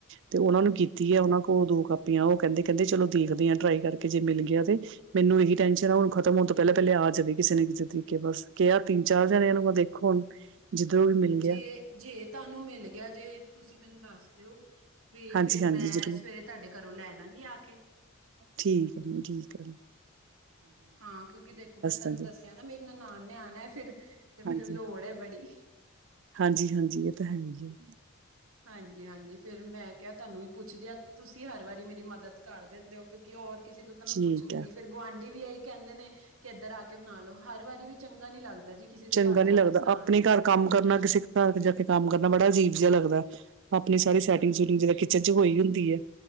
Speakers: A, on the right; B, on the right.
A: ਤੇ ਉਹਨਾ ਨੂੰ ਕੀਤੀ ਹੈ, ਉਹਨਾਂ ਉਹ ਦੋ ਕਾਪੀਆਂ, ਉਹ ਕਹਿੰਦੇ, ਕਹਿੰਦੇ ਚਲੋ ਦੇਖਦੇ ਆ ਟਰਾਈ ਕਰਕੇ, ਜੇ ਮਿਲ ਗਿਆ ਤੇ। ਮੈਨੂੰ ਇਹੀ ਟੈਨਸ਼ਨ ਆ, ਹੁਣ ਖਤਮ ਹੋਣ ਤੋਂ ਪਹਿਲੇ-ਪਹਿਲੇ ਆ ਜਾਵੇ, ਕਿਸੇ ਨੇ ਕਿਸੇ ਤਰੀਕੇ ਬਸ, ਕਿਹਾ ਤਿੰਨ ਚਾਰ ਜਾਣੇਆਂ ਨੂੰ ਵਾਂ। ਦੇਖੋ ਹੁਣ? ਜਿੱਧਰੋਂ ਵੀ ਮਿਲ
B: ਜੇ-ਜੇ
A: ਗਿਆ
B: ਤੁਆਨੂੰ ਮਿਲ ਗਿਆ ਜੇ, ਤੁਸੀਂ ਮੈਨੂੰ ਦੱਸ ਦਿਓ। ਵੀ, ਫਿਰ
A: ਹਾਂਜੀ
B: ਮੈਂ
A: ਹਾਂਜੀ ਜ਼ਰੂਰ
B: ਸਵੇਰੇ ਤੁਆਡੇ ਘਰੋਂ ਲੈ ਲਾਂਗੀ ਆ ਕੇ।
A: ਠੀਕ <unintelligible> ਠੀਕ ਆ।
B: ਹਾਂ ਕਿਉਂਕਿ ਦੇਖੋ ਮੈਂ ਤੁਆਨੂੰ
A: ਦਾਂਗੇ,
B: ਦੱਸਿਆ ਨਾ, ਮੇਰੀ ਨਨਾਣ ਨੇ ਆਣਾ ਏ ਫਿਰ। ਤੇ ਮੈਨੂੰ
A: ਹਾਂਜੀ।
B: ਲੋੜ ਏ ਬੜੀ।
A: ਹਾਂਜੀ-ਹਾਂਜੀ ਔਹ ਤਾਂ ਹੈ ਈ ਐ।
B: ਹਾਂਜੀ-ਹਾਂਜੀ ਫਿਰ ਮੈਂ ਕਿਆ, ਤੁਹਾਨੂੰ ਵੀ ਪੁੱਛਦੀ ਆ, ਤੁਸੀਂ ਹਰ ਵਾਰੀ ਮੇਰੀ ਮਦਦ ਕਰ ਦਿੰਦੇ ਔ, ਕਿਉਂਕਿ ਔਰ ਕਿਸੇ ਤੋਂ ਤਾਂ ਮੈਂ
A: ਠੀਕ
B: ਪੁੱਛਦੀ
A: ਐ।
B: ਨੀ, ਫਿਰ ਗੁਆਂਢੀ ਵੀ ਏਹੀ ਕਹਿੰਦੇ ਨੇ, ਕਿ ਏਧਰ ਆ ਕੇ ਬਣਾ ਲੋ, ਹਰ ਵਾਰੀ ਵੀ ਚੰਗਾ ਨੀ ਲੱਗਦਾ ਜੀ। ਕਿਸੇ ਦੇ
A: ਚੰਗਾ
B: ਘਰ
A: ਨੀ
B: ਜਾ
A: ਲੱਗਦਾ,
B: ਕੇ ਬਣਾਣ
A: ਆਪਣੇ ਘਰ ਕੰਮ ਕਰਨਾ, ਕਿਸੇ ਘਰ ਜਾ ਕੇ ਕੰਮ ਕਰਨਾ ਬੜਾ ਅਜੀਬ ਜਿਹਾ ਲੱਗਦਾ ਏ, ਆਪਣੀ ਸਾਰੀ ਸੈਟਿੰਗ
B: ਹਾਂਜੀ
A: ਸੁੂਟਿੰਗ ਜਿਦ ਕਿਚਨ ਹੋਈ ਹੁੰਦੀ ਹੈ।